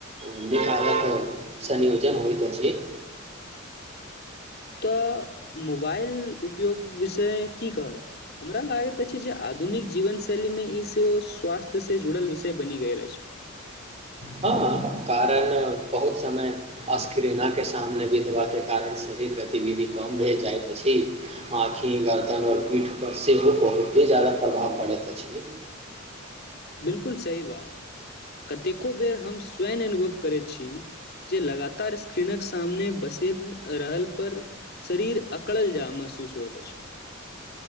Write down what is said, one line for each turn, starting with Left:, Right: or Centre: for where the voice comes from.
Right: नीक आदतक संयोजन होइत अछि।
Left: तऽ मोबाइल उपयोग विषय की कहब हमरा लागैत अछि जे आधुनिक जीवन शैली मे ई से स्वास्थ्य से जुड़ल विषय बनि गेल अछि।
Right: हँ हँ कारण बहुत समय अस्करीना के सामने भी दबा कारण शरीर गतिविधि कम भे जाइत अछि आँखि गर्दन आओर पीठपर सेहो बहुते जाादा प्रभाव पड़ैत अछि।
Left: बिलकुल सही बात कतेको बेर हम स्वयं अनुभव करै छी जे लगातार स्क्रीनक सामने बसर रहल पर शरीर अकड़ल जा महसूस होइत अछि।